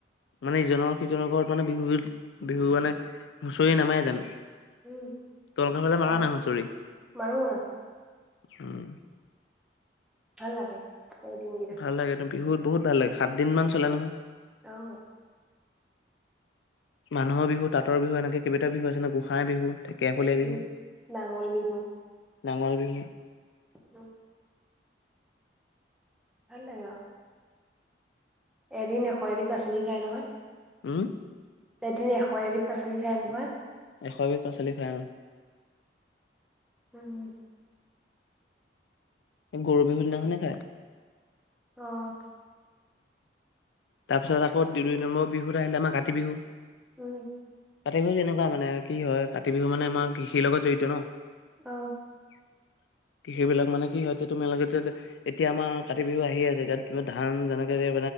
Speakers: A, on the left; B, in the centre.
A: মানে ইিজনৰ সিজনৰ ঘৰত মানে বিহু- বিহু মানে হুঁচৰি নামায় জানো?
B: উম,
A: তহঁতৰ ফালে মাৰে
B: বাচ
A: নাই হুচৰি?
B: মাৰো আৰু
A: উম'।
B: ভাল লাগে। এই দিনকেইটা
A: ভাল লাগেতু বিহুত বহুত ভাল লাগে, সাতদিনমান চলে নহয়।
B: অ',।
A: মানুহৰ বিহু, তাঁতৰ বিহু এনেকৈ কেইবাটা বিহু আছেনে গোসাই বিহু, ঢেকীয়াফলীয়া
B: উম।
A: বিহু।
B: নাঙল বিহু
A: নাঙল বিহু।
B: উম',। ভাল লাগে আৰু। এদিন এশ এবিধ পাচলি খাই নহয়।
A: উম',।
B: এদিন এশ এবিধ পাচলি খাই নহয়।
A: এশ এবিধ পাচলি খায় অ',।
B: উম',।
A: এই গৰু বিহুৰ দিনাখনে খাই।
B: অ',।
A: তাৰ পিছত আকৌ দুই নম্বৰ বিহুত আহিলে, আমাৰ কাতি বিহু।
B: উম',।
A: কাতি বিহু এনেকুৱা মানে কি হয়, কাতি বিহু মানে আমাৰ কৃষিৰ লগত জড়িত ন'।
B: অ',।
A: ঙম কৃষিব বিলাক মানে কি হয়, এতিয়া তোমালোকে টো এতিয়া আমাৰ কাতি বিহু আহি আছে। এতিয়া ধান যেনে যেনে